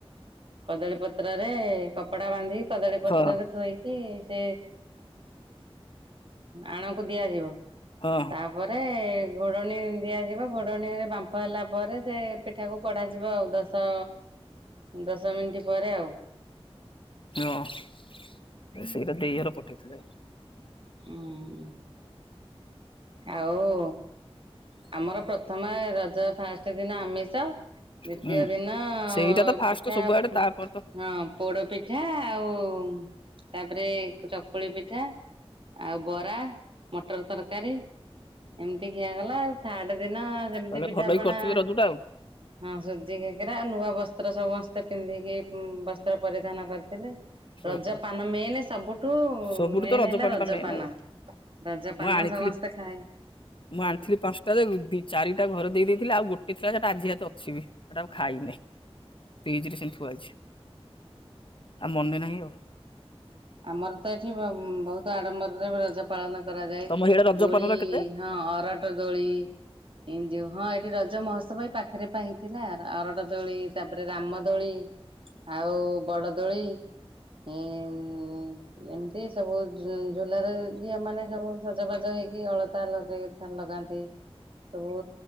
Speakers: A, on the right; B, on the left.
A: କଦଳୀ ପତ୍ରରେ କପଡା ବାନ୍ଧି କଦଳୀ ପତ୍ରରେ
B: ହଁ
A: ଥୋଇକି ସେ ଆଣକୁ ଦିଆଯିବ
B: ହଁ
A: ତା ତା ପରେ ଘୋଡ଼ଣୀ ଦିଆଯିବ ଘୋଡ଼ଣୀରେ ବାମ୍ପ ହେଲା ପରେ ସେ ପେ ସେଠାକୁ କଢା ଯିବ ଆଉ ଦଶ ଦଶ ମିନିଟ ପରେ ଆଉ
B: ହଁ ସେଇଟା ଦେଇ ଘର ପଠେଇଥିଲେ।
A: ହଁ। ଆଉ ଆମର ପ୍ରଥମା ରଜ ଫାଷ୍ଟ ଦିନ ଆମିଷ। ଦ୍ଵିତୀୟ
B: ହୁଁ
A: ଦିନ
B: ସେଇଟା ତ ଫାଷ୍ଟ
A: ପିଠା
B: ସବୁଆଡେ
A: ହଁ।
B: ତାପରେ ତ
A: ପୋଡ ପିଠା ଆଉ ତାପରେ ଚକୁଳି ପିଠା। ଆଉ ବରା ମଟର ତରକାରୀ ଏମିତି ଖିଆଗଲା। ଥାଡ ଦିନ ସେମିତି
B: ତାହେଲେ
A: ପିଠାପଣା
B: ଭଲ କି କରିଥିବେ ରଜ ଟା ଆଉ।
A: ହଁ ସୁଜି କାକରା ନୂଆ ବସ୍ତ୍ର ସମସ୍ତେ ପିନ୍ଧିକି ବସ୍ତ୍ର ପରିଧାନ କରିଥିଲେ। ରଜପାନ
B: ଓହୋ
A: ମେନ୍ ସବୁଠୁ
B: ସବୁଠୁ
A: ମେନ୍
B: ତ
A: ହେଲା ରଜପାନ।
B: ଟା ମେନ୍ ଆଉ
A: ରଜ
B: ମୁଁ
A: ପାନ
B: ଆଣିଥିଲି
A: ସମସ୍ତେ ଖାଏ।
B: ମୁଁ ଆଣିଥିଲି ପାଞ୍ଚଟା ଚାରିଟା ଘର ଦେଇଦେଇଥିଲି ଆଉ ଗୋଟେ ଥିଲା ସେଟା ଆଜି ହାତ ଅଛିିବି। ସେଇଟା ଆଉ ଖାଇନି ଫ୍ରିଜରେ ସେମିତି ଥୁଆ ଅଛି। ଆଉ ମନେ ନାହିଁ। ଆଉ
A: ଆମର ତ ଏଠି ବହୁତ ଆଡମ୍ବରରେ ରଜ ପାଳନ କରାଯାଏ
B: ତମ ହିଆଡେ ରଜପାନର
A: ଦୋଳି-
B: କେତେ?
A: ହଁ ଅରଟ ଦୋଳି ଏଇ ଯୋଉ ହଁ ଏଇଠି ରଜ ମହୋତ୍ସବ ଏଇ ପାଖରେ ପା ହେଇଥିଲା। ଅରଟ ଦୋଳି, ତାପରେ ରାମଦୋଳି, ଆଉ ବଡ଼ଦୋଳି ହୁଁ ଉଁ ଏମିତି ସବୁ ଝୁଲାରେ, ଝିଅ ମାନେ ସବୁ ସଜବାଜ ହେଇକି, ଅଳତା ଲଗେଇ ଫ୍ୟାନ ଲଗାନ୍ତି, ସବୁ